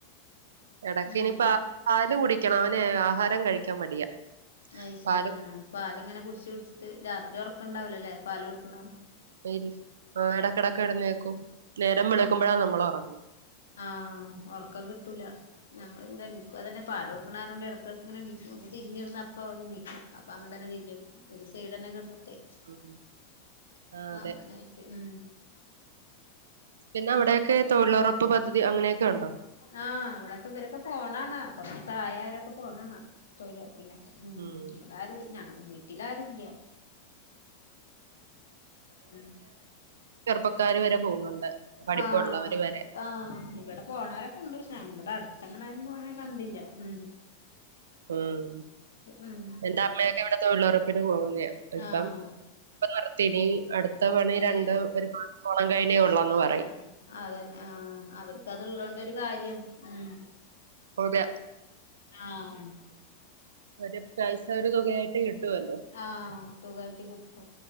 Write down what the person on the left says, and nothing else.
ഉം
അ ശരിയ
പാലിങ്ങനെ കുടിച്ച് കുടിച്ചിട്ട് രാത്രി ഉറക്കണ്ടാവലല്ലേ പാല് കൊടുക്കണ
ആഹ ഉറക്കം കിട്ടൂല നമ്മള ഇവിടെ എനിക്കും അതന്നെ പാല കൊടുക്കണോണ്ട് ഇടക്കെടുക്ക എക്ക് ഒന്ന് തിരിഞ്ഞിടുന്ന അപ്പ അവള് എണീക്കും അപ്പൊ അങ്ങ തന്നെ തിരിച്ച് കെടക്കും ഒരു സൈഡ്ന്നെ കിട
ആ
അങ്ങനൊയിട്ട് ഉ
ആഹ് ഇവിടെക്കെ ഇവരൊക്കെ പോണാണ് കൊറച്ച പ്രായവരൊക്കെ പോണാണ് തൊഴില പിന്നെ ഉ
ആരും ഇല്ല വീട്ടില ആരുമില്ല <unintelligible>
ആഹ
ആഹ് ഇവിടെ പോണവരൊക്കെ കണ്ട് നമ്മടെ അടുത്തങ്ങനരും പോണ കണ്ടില്ല ഉ
ഉം
ആഹ്
ഏഹ്
അത്
ശരി ആഹ്
അതന്നെ ആ അവർക്ക് അത് ഇള്ളോണ്ടരു കാര്യം ഉ
ആഹ
ആഹ തുകായിട്ട് കിട്ടും